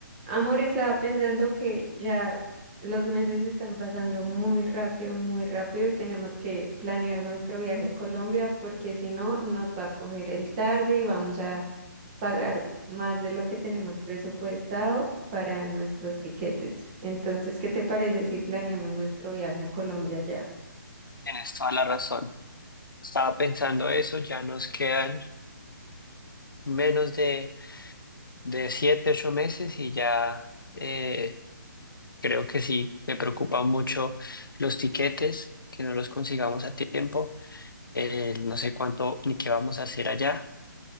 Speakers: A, on the right; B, on the left.
A: Amor, estaba pensando que ya los meses están pasando muy rápido, muy rápido y tenemos que planear nuestro viaje a Colombia porque si no nos va a coger el tarde y vamos a pagar más de lo que tenemos presupuestado para nuestros tiquetes. Entonces, ¿qué te parece si planeamos nuestro viaje a Colombia ya?
B: Tienes toda la razón. Estaba pensando eso, ya nos quedan menos de, de siete, ocho meses y ya eh, creo que sí, me preocupan mucho los tiquetes, que no los consigamos a tiempo. Eh, no sé cuánto ni qué vamos a hacer allá